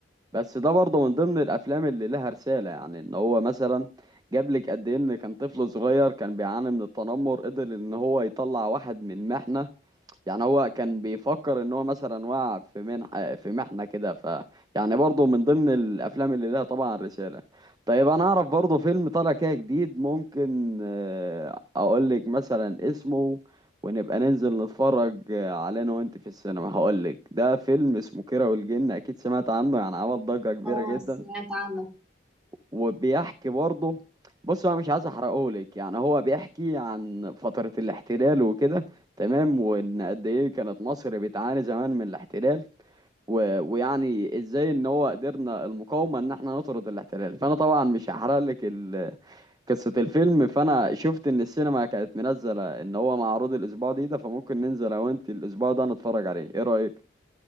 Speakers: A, on the right; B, in the centre.
A: بس ده برضه من ضمن الافلام اللي لها رساله يعني ان هو مثلا جاب لك قد ايه ان كان طفل صغير كان بيعاني من التنمر قدر ان هو يطلع واحد من محنه يعني هو كان بيفكر ان هو مثلا وقع في منح في محنه كده ف يعني برضه من ضمن الافلام اللي لها طبعا رساله طيب انا اعرف برضه فيلم طالع كده جديد ممكن آه، اقول لك مثلا اسمه ونبقى ننزل نتفرج على انا وانت في السينما هقول لك ده فيلم اسمه كيرة والجن اكيد سمعت عنه يعني عمل ضجة كبيرة
B: اه
A: جدا
B: سمعت عنه
A: وبيحكي برضه بص انا مش عايز احرقه لك يعني هو بيحكي عن فترة الاحتلال وكده تمام وان قد ايه كانت مصر بتعاني زمان من الاحتلال و... ويعني ازاي ان هو قدرنا المقاومة ان احنا نطرد الاحتلال فانا طبعا مش هحرق لك قصة الفيلم فأنا شفت إن السينما كانت منزلة إن هو معروض الأسبوع دي ده فممكن ننزل أنا وأنت الأسبوع ده نتفرج عليه إيه رأيك؟